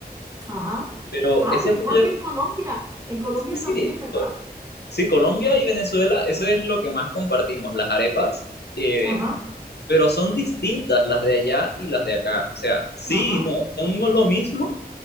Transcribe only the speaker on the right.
Ajá.
Ah,
pero
igual que en Colombia, en Colombia
también, ¿verdad?
Ajá,
ajá.